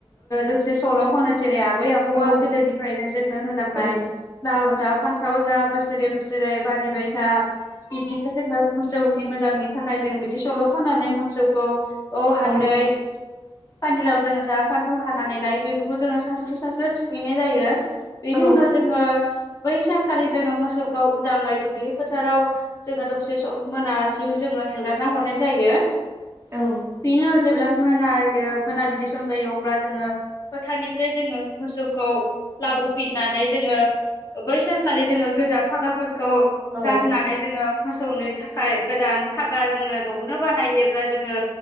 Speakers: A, on the left; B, on the right.
A: दसे सल' खनो जेरै आब बै आबौआ
B: औ
A: गोदोनिफ्रायनो जोंनो होलांनाय
B: औ
A: लाव जा फानथाव जा बोसोरै बोसोरै बारिबाय था बिदिनो जोङो मोसौनि मोजांनि थाखाय जों बिदि सल' खनानै मोसौखौ औ हालदै
B: औ
A: पानिलाव जोङो जा फान्थाव हानानै लाय बेफोरखौ जोङो सास्रो सासस्रो थुखैनाय जायो। बेनि
B: औ
A: उनाव जोङो बै सानखालि जोङो मोसौखौ उदाङै दुब्लि फोथाराव जोङो दसे सम मोनासिम जोङो हेंगारना हरनाय। जायो
B: औ
A: बेनो जेब्ला मोनायो मोनाबिलि सम जायो अब्ला जोङो फोथारनिफ्राय जोङो मोसौखौ लाबोफिननानै जोङो बै सानखालि जोङो गोजाम फागाफोरखौ
B: औ
A: गारनानै जोङो मोसौनो थाखाय गोदान फागा जोङो न'आवनो बानायोबब्ला जोङो